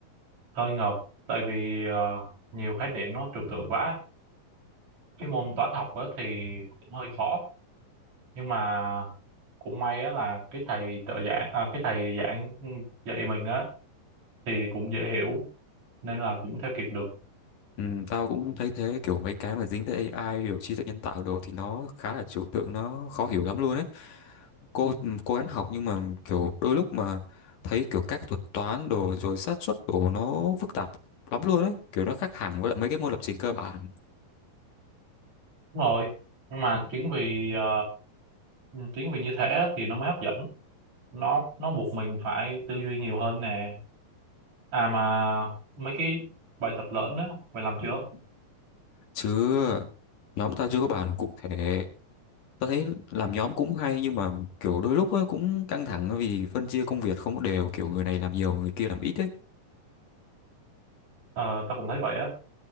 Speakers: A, on the right; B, on the left.
A: hơi ngợp tại vì ờ, nhiều khái niệm nó trừu tượng quá. Cái môn toán học á thì cũng hơi khó nhưng mà cũng may á là cái thầy trợ giảng à, cái thầy giảng ừ, dạy mình á thì cũng dễ hiểu nên là cũng theo kịp được.
B: Ừ, tao cũng thấy thế, kiểu mấy cái mà dính tới AI, kiểu trí tuệ nhân tạo đồ thì nó khá là trừu tượng, nó khó hiểu lắm luôn ấy. Cô cố gắng học nhưng mà kiểu đôi lúc mà thấy kiểu các thuật toán đồ rồi xác suất đồ nó phức tạp lắm luôn ấy, kiểu nó khác hẳn với lại mấy cái môn lập trình cơ bản.
A: Đúng rồi. Nhưng mà chính vì ờ, chính vì như thế á, thì nó mới hấp dẫn. Nó nó buộc mình phải tư duy nhiều hơn nè. À mà mấy cái bài tập lớn á mày làm chưa?
B: chứ nhóm tao chưa có bàn cụ thể tao thấy làm nhóm cũng hay nhưng mà kiểu đôi lúc ấy cũng căng thẳng vì phân chia công việc không có đều kiểu người này làm nhiều người kia làm ít ấy
A: Ờ, tao cũng thấy vậy á.